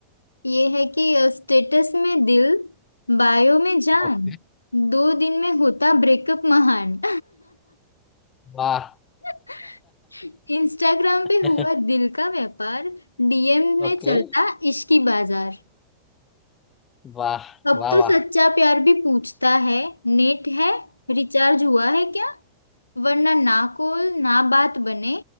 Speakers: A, on the left; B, on the left.
A: ये है कि स्टेटस में दिल बायो में जान
B: ओके
A: दो दिन में होता ब्रेकअप महान
B: वाह
A: <laughs> इंस्टाग्राम पे हुआ
B: <laughs>
A: दिल का व्यापार डीएम में
B: ओके
A: चलता इश्की बाजार
B: वाह
A: अब
B: वाह
A: तो
B: वाह
A: सच्चा प्यार भी पूछता है नेट है रिचार्ज हुआ है क्या वरना ना कॉल ना बात बने